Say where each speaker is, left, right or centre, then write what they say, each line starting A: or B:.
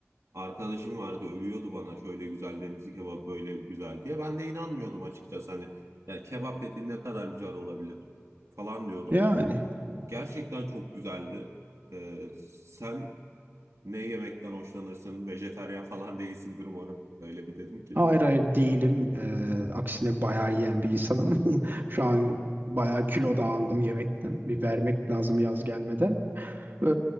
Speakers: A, on the right; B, on the right.
A: arkadaşım vardı övüyordu bana şöyle güzel Denizli kebabı böyle güzel diye. Ben de inanmıyordum açıkçası hani yani kebap dediğin ne kadar güzel olabilir falan diyordum.
B: Yani
A: Gerçekten çok güzeldi. Ee, sen ne yemekten hoşlanırsın? Vejetaryen falan <laughs> değilsindir umarım. Öyle bir dedim ki.
B: hayır hayır değilim. Ee, aksine bayağı yiyen bir insanım. <laughs> Şu an bayağı kilo da aldım yemekten. Bir vermek lazım yaz gelmeden. Ee,